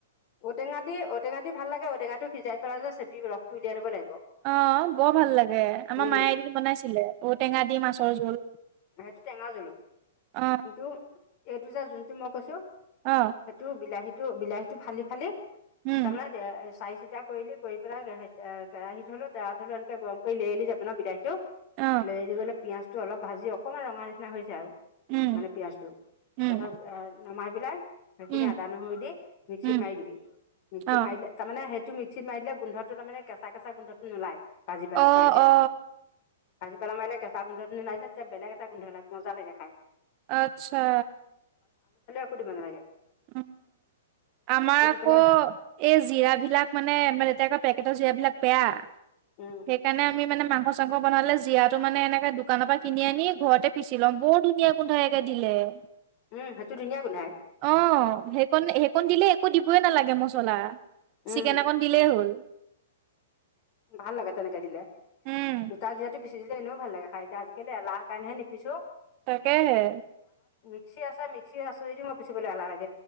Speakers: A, on the left; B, on the right.
A: ঔটো দি ঔটেঙা দি ভাল লাগ ঔটেঙাটো সিজাইেলাই যে চেপি ৰস উলিয়াই ল'ব লাগে।
B: অ', বৰ ভাল লাগে আমাৰ
A: উম
B: মায়ে এদিন বনাইছিলে ঔটেঙা দি মাছৰ জোল।
A: সেইটো টেঙা জুলো
B: অ
A: কিন্তু এইটো যে যোনটো মই কৈছো।
B: অ
A: সেইটো বিলাহীটো বিলাহীটো ফালি ফালি
B: উম
A: তাৰমানমানে চাই, চিতা কৰিল কৰি পেলাই কেৰাহী হলো তেৰা থলো এনেকে গৰম কৰি লৈলি যাব ন বিলাহীটো
B: অ
A: লেৰেলি গ'লে পিঁয়াজটো অল ভাজি অকমান ৰঙা নিচিনা হৈছে আৰু।
B: উম
A: মানে পিয়াজটো
B: উম
A: তাৰ পাছত এ নমাই পেলাই, সেইখিনি
B: উম
A: আদা নহৰু দি মিক্সিত
B: উম
A: মাৰি দিবি মিক্সিত
B: অ
A: মাৰিলে তাৰমানে টো মিক্সিত মাৰ দিলে গোন্ধটো তাৰমানে কেঁচা কেঁচা গোন্ধটো নোলাই ভাজি পেলাই
B: অ
A: মাৰিলে।
B: অ
A: কাজি পেলা মিলে কেঁচা গোন্ধটো নোলাই যে তেতিয়া বলেগ এটা গোন্ধওাই মজা লাগে খাই।
B: আত্ছা।
A: এখো দিব নালিগে।
B: আহ। আমাৰ আকৌ
A: পেলাই
B: এই জিৰাবিলাক মানে এতিয়া আকৌ পেকেটৰ জিৰাবিলাক বেয়া।
A: উম
B: সেইকাৰণে আমি মানে মাংস চাংস বনালে জীয়াৰটো মানে এনেকে দোকানৰ পৰা কিনি আনি ঘৰতে পিচি লওঁ, বৰ ধুনীয়া গোন্ধই একে দিলে। টে
A: উম সেইটো ধুনীয়া গোন্ধাই
B: অ' সেইকণ, সেইকণ দিলে একো দিবই নালাগে মছলা।
A: উম
B: চিকেন অ'কন দিলেই হ'ল।
A: ভাল লাগে, তেনেকে দিলে
B: উম
A: গোটা জিয়াৰটো পিছি দিলে। এনেও ভাল লাগে খাই কে আজিকালি এলাহ কাৰণে নিপিছোঁ।
B: তাকেহে।
A: মিক্সি আছে, মিক্সি আছে যদিও মই পিচিবলৈ এলাহ লাগ।